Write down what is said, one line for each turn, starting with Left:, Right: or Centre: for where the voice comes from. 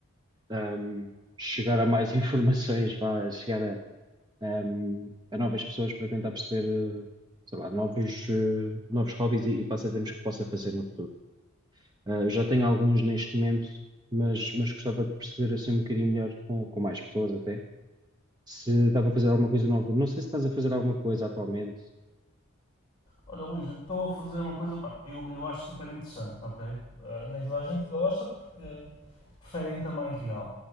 Right: ahm, chegar a mais <laughs> informações, vá, chegar a, ahm, a novas pessoas para tentar perceber, eh, sei lá, novos, eh, novos hobbies e, e passatempos que possa fazer no futuro. Ah, eu já tenho alguns neste momento, mas, mas gostava de perceber assim um bocadinho melhor com, com mais pessoas até, se dá para fazer alguma coisa nova. Não sei se estás a fazer alguma coisa atualmente.
Left: Olha, Luís, eu estou a fazer uma coisa, pá, eu, eu acho super interessante, ok? Ah, nem toda a gente gosta porque preferem tamanho real.